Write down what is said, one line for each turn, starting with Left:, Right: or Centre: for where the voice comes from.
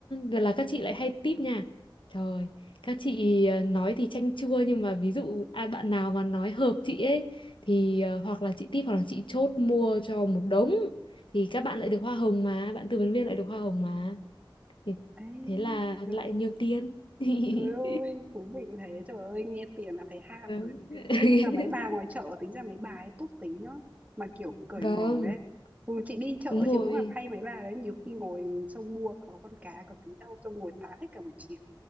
Left: ờ, là các chị lại hay tip nha trời các chị ờ, nói thì chanh chua nhưng mà ví dụ ai bạn nào mà nói hợp chị ấy thì ờ, hoặc là chị tip hoặc là chị chốt mua cho một đống thì các bạn lại được hoa hồng mà bạn tư vấn viên lại được hoa hồng mà Thì
Right: Ê
Left: thế là
Right: trời
Left: lại
Right: ơi
Left: nhiều tiền <laughs>
Right: Trời ơi, thú vị thế, trời ơi, nghe tiền là thấy ham
Left: Vâng.
Right: rồi.
Left: <laughs>
Right: Thế nhưng mà mấy bà ngoài chợ tính ra mấy bà ấy tốt tính nhá, mà kiểu cởi
Left: Vâng,
Right: mở ấy. Ừ, chị đi chợ
Left: đúng rồi.
Right: chị cũng gặp hay mấy bà đấy, nhiều khi ngồi xong mua có con cá, có tí rau, xong ngồi tán hết cả buổi chiều.